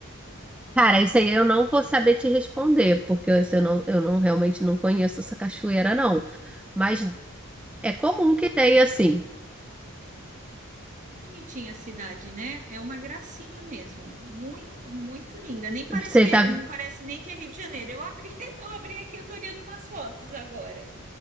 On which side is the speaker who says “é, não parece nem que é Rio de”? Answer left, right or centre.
Right